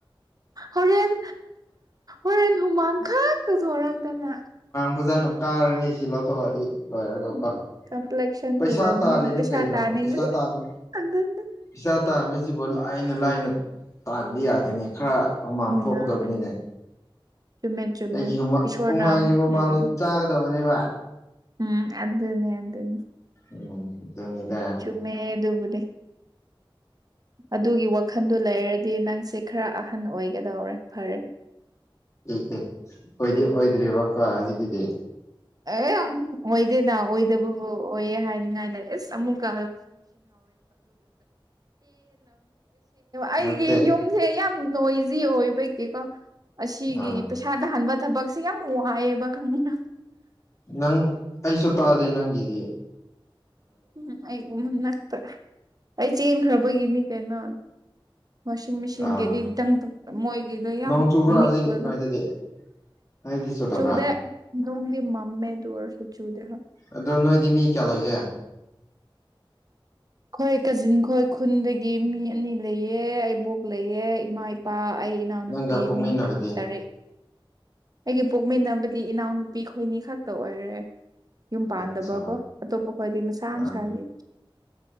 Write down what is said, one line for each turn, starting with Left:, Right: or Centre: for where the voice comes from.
Right: ꯍꯣꯔꯦꯟ ꯍꯣꯔꯦꯟ ꯍꯨꯃꯥꯡ ꯈꯛꯇꯁꯨ ꯁꯣꯔꯛꯇꯅ
Left: ꯄꯨꯖꯥꯅ ꯀꯥꯔꯅꯤ ꯁꯤ ꯂꯧꯊꯣꯛꯑꯗꯤ ꯂꯣꯏꯔꯒ
Right: ꯎꯝ
Left: ꯀꯣ
Right: ꯀꯝꯄ꯭ꯂꯦꯛꯁꯟ
Left: ꯄꯩꯁꯥ
Right: ꯐꯖꯅꯤꯡꯉꯥꯏ
Left: ꯇꯥꯜꯂꯤꯅꯤ
Right: ꯄꯩꯁꯥ
Left: ꯀꯩꯅꯣ
Right: ꯇꯥꯅꯤꯡꯕꯅꯤ
Left: ꯄꯩꯁꯥ ꯇꯥꯜꯂꯤ
Right: ꯑꯗꯨꯅꯤ
Left: ꯄꯩꯁꯥ ꯇꯥꯜꯂꯤ ꯁꯤꯕꯨ ꯂꯥꯏꯅ ꯂꯥꯏꯅ ꯇꯥꯟꯕ ꯌꯥꯗꯦꯅꯦ ꯈꯔ ꯍꯨꯃꯥꯡ
Right: ꯎꯝ
Left: ꯊꯣꯛꯀꯗꯕꯅꯤꯅꯦ
Right: ꯆꯨꯝꯃꯦ ꯆꯨꯝꯃꯦ
Left: ꯑꯩꯒꯤ
Right: ꯏꯁꯣꯔꯅ
Left: ꯍꯨꯃꯥꯡꯒꯤ ꯃꯃꯥꯡꯗ
Right: ꯎꯝ
Left: ꯆꯥꯒꯗꯕꯅꯦꯕ
Right: ꯎꯝ ꯑꯗꯨꯅꯦ ꯑꯗꯨꯅꯦ
Left: ꯎꯝ ꯑꯗꯨꯅꯤꯗ
Right: ꯆꯨꯝꯃꯦ ꯑꯗꯨꯕꯨꯗꯤ ꯑꯗꯨꯒꯤ ꯋꯥꯈꯟꯗꯨ ꯂꯩꯔꯗꯤ ꯅꯪꯁꯦ ꯈꯔ ꯑꯍꯟ ꯑꯣꯏꯒꯗꯧꯔꯦ ꯐꯔꯦ
Left: ꯑꯦ ꯑꯦ ꯑꯣꯏꯗꯤ ꯑꯣꯏꯗ꯭ꯔꯦꯕꯀꯥ ꯍꯧꯖꯤꯛꯀꯤꯗꯤ
Right: ꯑꯦ ꯑꯣꯏꯗꯦꯗ ꯑꯣꯏꯗꯕꯕꯨ ꯑꯣꯏꯌꯦ ꯍꯥꯏꯅꯤꯡꯉꯥꯏ ꯂꯩ ꯑꯁ ꯑꯃꯨꯛꯀ ꯑꯩꯒꯤ
Left: ꯅꯠꯇꯦ
Right: ꯌꯨꯝ ꯁꯦ ꯌꯥꯝꯅꯥ ꯅꯣꯏꯖꯤ ꯑꯣꯏꯕꯒꯤꯀꯣ ꯑꯁꯤꯒꯤ
Left: ꯑꯥ
Right: ꯄꯩꯁꯥꯗ ꯍꯟꯥꯟꯕ ꯁꯕꯛ ꯁꯤꯒ ꯌꯥꯝ ꯋꯥꯏꯕ ꯈꯡꯉꯕ
Left: ꯅꯪ ꯑꯩꯁꯨ ꯇꯥꯗꯦ ꯅꯪꯗꯤ
Right: ꯎꯝ ꯑꯩꯒꯨꯝ ꯃꯟ ꯅꯛꯇ ꯑꯩ ꯆꯦꯟꯈ꯭ꯔꯕꯒꯤꯅꯤ ꯀꯩꯅꯣ ꯋꯥꯁꯤꯡ ꯃꯦꯆꯤꯟꯒꯤꯗꯤꯪ
Left: ꯑꯥ
Right: ꯃꯣꯏꯒꯤꯗꯣ ꯌꯥꯝ
Left: ꯅꯣꯡ ꯆꯨꯕ꯭ꯔꯥ
Right: ꯅꯤꯛꯄꯗꯣ
Left: ꯍꯧꯖꯤꯛ ꯅꯣꯏꯗꯗꯤ ꯅꯣꯏꯗꯤ ꯆꯨꯗꯕ꯭ꯔꯥ
Right: ꯆꯨꯗꯦ ꯑꯗꯨꯝ ꯗꯤ ꯃꯝꯃꯦ ꯑꯗꯨ ꯑꯣꯏꯔꯁꯨ ꯆꯨꯗꯦ ꯍꯥ
Left: ꯑꯗꯨꯗꯣ ꯅꯣꯏꯗꯤꯃꯤ ꯀꯌꯥ ꯂꯩꯒꯦ
Right: ꯑꯩꯈꯣꯏ ꯀꯥꯖꯤꯟ ꯈꯣꯏ ꯈꯨꯟꯗꯒꯤ ꯃꯤ ꯑꯅꯤ ꯂꯩꯑ ꯏꯕꯣꯛ ꯂꯩꯌꯦ ꯏꯃꯥ ꯏꯄꯥ ꯑꯩ ꯏꯅꯥꯎꯅꯨꯄꯤ
Left: ꯅꯪꯒ ꯄꯣꯛꯃꯤꯟꯅꯕꯗꯤ
Right: ꯃꯤ ꯇꯔꯨꯛ ꯇꯔꯦꯠ ꯑꯩꯒꯤ ꯄꯣꯛꯃꯤꯟꯅꯕꯗꯤ ꯏꯅꯥꯎꯅꯨꯄꯤ ꯈꯣꯏꯅꯤ ꯈꯛꯇ ꯑꯣꯏꯔꯦ ꯌꯨꯝ ꯄꯥꯟꯗꯕꯀꯣ
Left: ꯑꯠꯆꯥ
Right: ꯑꯇꯣꯞꯄ ꯈ꯭ꯋꯥꯗꯤ ꯃꯁꯥ
Left: ꯑꯥ
Right: ꯃꯁꯥꯒꯤ